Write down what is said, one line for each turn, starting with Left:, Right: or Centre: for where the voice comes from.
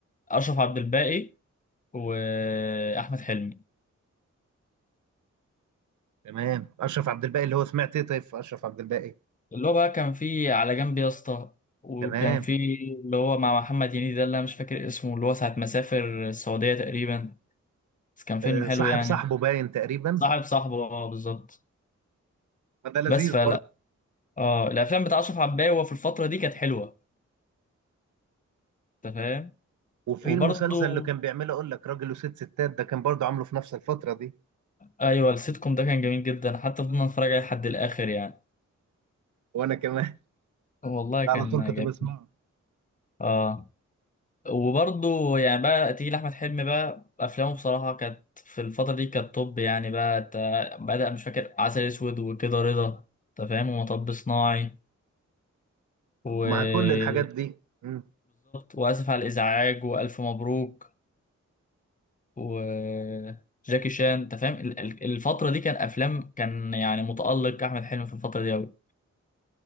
Left: اشرف عبد الباقي واحمد حلمي
Right: تمام اشرف عبد الباقي اللي هو سمعت ايه طيب في اشرف عبد الباقي
Left: اللي هو بقى كان في على جنب يا اسطى وكان
Right: تمام
Left: في اللي هو مع محمد هنيدي ده اللي انا مش فاكر اسمه اللي هو ساعة ما سافر السعودية تقريبا بس كان فيلم
Right: أه
Left: حلو
Right: صاحب
Left: يعني
Right: صاحبه باين تقريبا
Left: صاحب صاحبه اه بالظبط
Right: فده لذيذ
Left: بس فلا
Right: برضه
Left: اه الافلام بتاع اشرف عباية في الفترة دي كانت حلوة انت فاهم
Right: وفي
Left: وبرضه
Right: المسلسل اللي كان بيعمله اقول لك راجل وست ستات ده كان برضه عامله في نفس الفترة دي
Left: ايوه السيتكم ده كان جميل جدا حتى فضلنا نتفرج عليه لحد الاخر يعني
Right: وانا كمان
Left: والله
Right: <laughs> على
Left: كان
Right: طول كنت
Left: جميل
Right: بسمعه
Left: اه وبرضه يعني بقى تيجي لأحمد حلمي بقى أفلامه بصراحة كانت في الفترة دي كانت توب يعني بقى تا- بدأ مش فاكر عسل أسود وكده رضا أنت فاهم ومطب صناعي وبالظبط
Right: مع كل الحاجات دي مم.
Left: وآسف على الإزعاج وألف مبروك وجاكي شان أنت فاهم ال- ال- الفترة دي كان أفلام كان يعني متألق أحمد حلمي في الفترة دي أوي